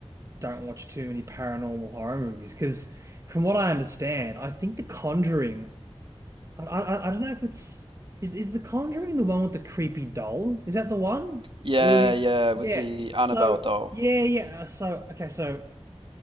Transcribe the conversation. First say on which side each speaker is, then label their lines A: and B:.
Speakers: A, on the right (about 30°); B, on the right (about 55°).
A: don't watch too many paranormal horror movies. Because from what I understand, I think The Conjuring. I, I I don't know if it's is is The Conjuring the one with the creepy doll? Is that the one?
B: Yeah,
A: Earlier.
B: yeah, with
A: Yeah.
B: the Annabelle
A: So
B: doll.
A: yeah, yeah. uh, So okay, so